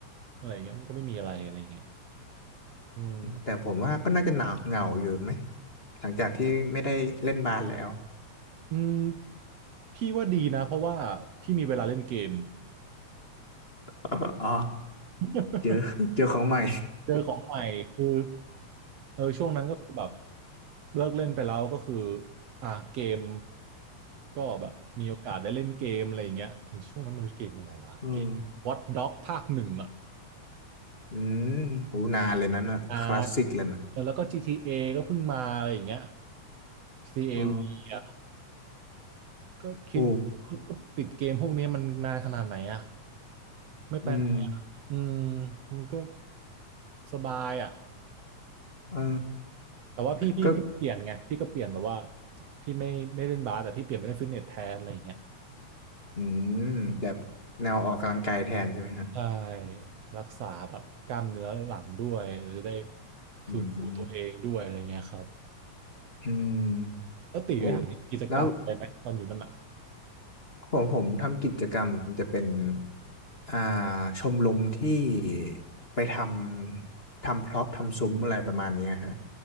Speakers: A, on the right; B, on the left.
A: อะไรอย่างเงี้ยมันก็ไม่มีอะไรอะไรอย่างเงี้ยอืม
B: แต่ผมว่าก็น่าจะหนาเหงาอยู่ไหมหลังจากที่ไม่ได้เล่นบาสแล้ว
A: อืมพี่ว่าดีนะเพราะว่าพี่มีเวลาเล่นเกม
B: <laughs> อ๋อ <laughs> อ๋อ
A: <laughs>
B: เจอ <laughs> เจอของใหม่
A: เจอของใหม่คือเออช่วงนั้นก็คือแบบเลิกเล่นไปแล้วก็คืออ่ะเกมก็แบบมีโอกาสได้เล่นเกมอะไรอย่างเงี้ยอย่างช่วงนั้นมันเกมอะไรวะเกม
B: อืม
A: Watch Dogs ภาคหนึ่งอ่ะ
B: อืมโหนานเลยนั้นน่ะคลาสสิกเลยนะ
A: อ่าแล้วก็ GTA ก็เพิ่งมาอะไรอย่างเงี้ย GTA
B: อ๋อ
A: V อ่ะก็คิดก็ติดเกมพวกนี้มันนานขนาดไหนอ่ะ
B: โห
A: ไม่ไปไหน
B: อืม
A: อืมมันก็ สบายอ่ะ
B: เออ
A: แต่ว่าพี่พี่พี่เปลี่ยนไงพี่ก็เปลี่ยนแบบว่า
B: ก็
A: พี่ไม่ไม่เล่นบาสแต่พี่เปลี่ยนไปเล่นฟิตเนสแทนอะไรอย่างเงี้ย
B: อืมแบบแนวออกกำลังกายแทนใช่ไหมฮะ
A: ใช่รักษาแบบกล้ามเนื้อหลังด้วยเราจะได้
B: อืม
A: ฟื้นฟูตัวเองด้วยอะไรเงี้ยครับ
B: อืม
A: แล้วตีได้ทำกิจกรรมอะไรไหมตอนอยู่นั่นอ่ะ
B: โอ้แล้วของผมทำกิจกรรมจะเป็นอ่าชมรมที่ไปทำทำพร็อพทำซุ้มอะไรประมาณเนี้ยฮะ